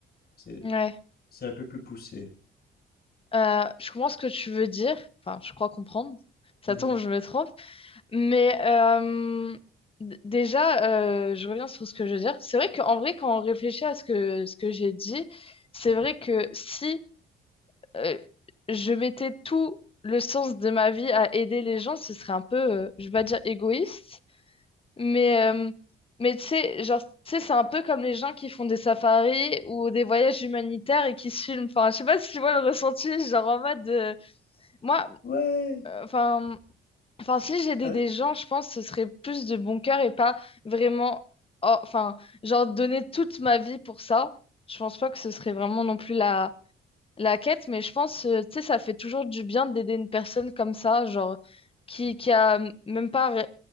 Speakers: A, on the left; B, on the left.
A: C'est,
B: Ouais.
A: c'est un peu plus poussé.
B: Euh, je comprends ce que tu veux dire. Enfin, je crois comprendre. Ça
A: Mm
B: tombe,
A: -hmm.
B: je me trompe. Mais euh, d- déjà, euh, je reviens sur ce que je veux dire. C'est vrai qu'en vrai, quand on réfléchit à ce que, ce que j'ai dit, c'est vrai que si euh, je mettais tout le sens de ma vie à aider les gens, ce serait un peu, euh, je vais pas dire égoïste, mais, euh, mais tu sais, genre, tu sais, c'est un peu comme les gens qui font des safaris ou des voyages humanitaires et qui se filment. Enfin, je sais pas si tu vois le ressenti, genre en mode, de- moi,
A: Ouais.
B: euh, enfin, enfin, si j'aidais
A: Euh,
B: des gens, je pense que ce serait plus de bon cœur et pas vraiment, oh, enfin, genre donner toute ma vie pour ça. Je pense pas que ce serait vraiment non plus la la quête, mais je pense, euh, tu sais, ça fait toujours du bien d'aider une personne comme ça, genre, qui, qui a même pas ré-